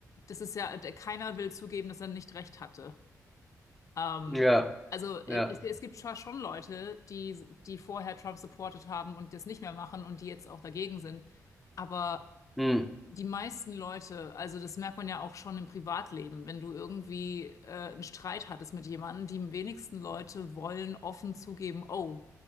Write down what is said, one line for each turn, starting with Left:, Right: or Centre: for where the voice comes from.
Left: das ist ja, der, keiner will zugeben, dass er nicht recht hatte. Ähm,
Centre: Ja,
Left: also äh,
Centre: ja.
Left: es, es gibt zwar schon Leute, die, die vorher Trump supportet haben und das nicht mehr machen und die jetzt auch dagegen sind. Aber
Centre: Hm.
Left: die meisten Leute, also das merkt man ja auch schon im Privatleben, wenn du irgendwie äh, einen Streit hattest mit jemandem, die wenigsten Leute wollen offen zugeben, oh,